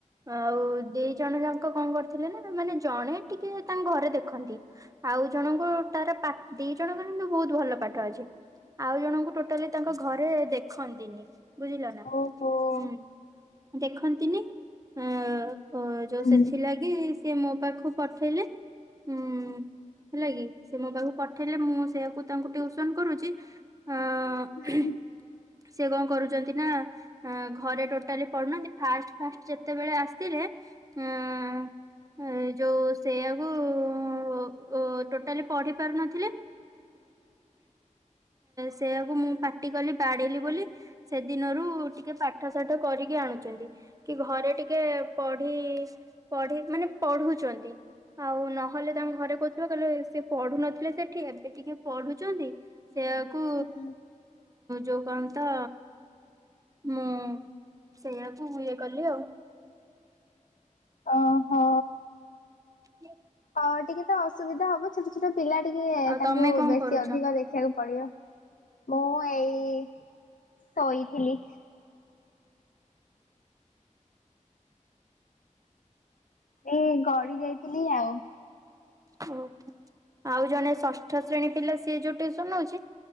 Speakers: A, on the right (about 25°); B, on the left (about 75°).
A: ଆଉ ଦି ଜଣ ଯାଙ୍କ ଲ କଣ କରିୁଥିଲେ ନା ମାନେ ଜଣେ ଟିକେ ତାଙ୍କ ଘରେ ଦେଖନ୍ତି ଆଉ ଜଣଙ୍କୁ ଦି ଜଣଙ୍କ କିନ୍ତୁ ବହୁତ ଭଲ ପାଠ ଅଛି, ଆଉ ଜଣଙ୍କୁ ଟୋଟାଲି ତାଙ୍କ ଘରେ ରେ ଦେଖନ୍ତିନି,
B: ଓହୋ-
A: ବୁଝିଲ ନା। ହୁଁ ଦେଖନ୍ତିନି ହମଅ- ଓ ଯୋଉ
B: ହୁଁ
A: ସେଥିଲାଗି ସେ ମୋ ପାଖକୁ ପଠେଇଲେ, ହୁଁ ହେଲା କି ଖକୁ ପଠେଇଲେ ମୁଁ ସେଆକୁ ତାଙ୍କୁ ଟିଉସନ କରୁଛି ହଁ
B: ହୁଁ
A: ସେ କଣ କରୁଛନ୍ତି ନା ଘରେ ଟୋଟାଲି ପଡ଼ୁନାହାନ୍ତି ଫାଷ୍ଟ ଫାଷ୍ଟ ଯେତେବେଳେ ଆସିଲେ ଅଁ ହୁଁ ଯୋଉ ସେଇଆକୁ ମୁଁ ଓ ତ ଟୋଟାଲି ପଢି ପାରୁ ନଥିଲେ, ସେଆକୁ ମୁଁ ପାଟି କଲି ବାଡେଇଲି ବୋଲି ସେଦିନରୁ ଟିକେ ପାଠ ସାଠ କରିକି ଆଣୁ ଚନ୍ତି କି ଘରେ ଟିକେ ପଢି ପଢି ମାନେ ପଢୁଛନ୍ତି ଆଉ ନ ହଲେ ତାଙ୍କ ଘରେ କହୁଥିବ କହିଲେ ସେ ପଢୁ ନଥିଲେ ସେଠି ଏବେ ଟିକେ ପଢୁଛନ୍ତି ସେଆକୁ
B: ହୁଁ
A: ଯଉ କାମ ତ ମୁଁ ସେଇଆକୁ ଇଏ କଲି ଆଉ
B: ଓହୋ।
A: ହ
B: ଅ ଟିକେ ତ ଅସୁବିଧା ହବ ଛୋଟ ଛୋଟ ପିଲା ଟିକେ
A: ଆଉ
B: ତାଙ୍କୁ
A: ତମେ କଣ
B: ବେଶୀ
A: କରୁଛ?
B: ଅଧିକ ଦେଖିବାକୁ ପଡିବ ମୁଁ ଏଇ ଶୋଇଥିଲି। ଏଇ ଗଡି ଯାଇଥିଲି ଆଉ।
A: ଉହୁଁ ଆଉ ଜଣେ ଷଷ୍ଠ ଶ୍ରେଣୀ ପିଲା ସିଏ ଯୋଉ ଟ୍ୟୁସନ ହଉଛି।